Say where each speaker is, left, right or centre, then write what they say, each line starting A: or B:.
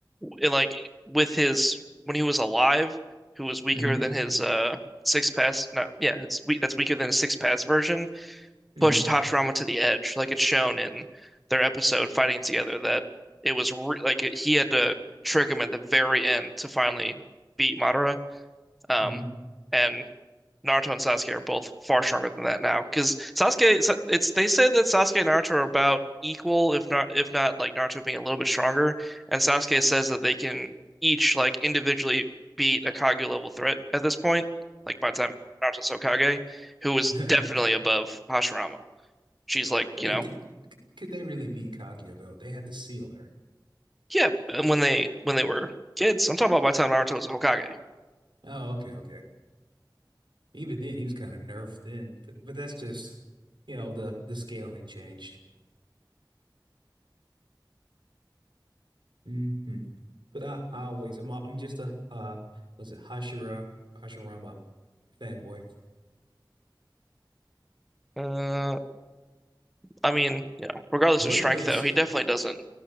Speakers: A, in the centre; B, on the right (about 80°).
A: like with his when he was alive, who was weaker
B: Mm-hmm.
A: than his uh six pass, not yeah, it's we that's weaker than his six pass version.
B: Mm-hmm.
A: pushed Hashirama to the edge. Like it's shown in their episode fighting together that it was re like it, he had to trick him at the very end to finally beat Madara. Um,
B: Mm-hmm.
A: and Naruto and Sasuke are both far stronger than that now because Sasuke, it's they say that Sasuke and Naruto are about equal, if not if not like Naruto being a little bit stronger, and Sasuke says that they can each like individually beat a Kage level threat at this point, like by the time Naruto's Hokage, who was
B: Mm-hmm.
A: definitely above Hashirama she's
B: <laughs>
A: like,
B: I mean,
A: you know,
B: could, could they really beat Kaguya though? They had to seal her.
A: yeah, and when they when they were kids, I'm talking about by the time Naruto was a Hokage.
B: Oh, okay, okay. Even then, he was kind of nerfed then, but but that's just you know the the scaling changed. hmm But I, I always I'm a- I'm just a uh was it Hashira Hashirama fanboy.
A: Uh, I mean, you know, regardless
B: Would
A: of strength,
B: release
A: though, he definitely doesn't